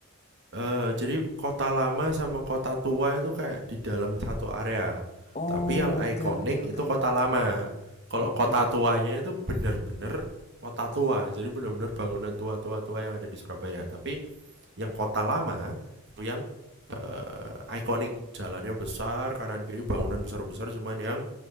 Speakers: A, on the right (about 55°); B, on the left (about 30°).
A: eh jadi kota lama sama kota tua itu kayak di dalam satu area.
B: Oh,
A: Tapi yang ikonik
B: oke oke
A: itu
B: oke,
A: kota lama. Kalau
B: oke
A: kota
B: oke.
A: tuanya itu bener-bener kota tua. Jadi bener-bener bangunan tua-tua-tua yang ada di Surabaya. Tapi yang kota lama itu yang eh, ikonik jalannya besar, kanan kiri bangunan besar-besar. Cuman yang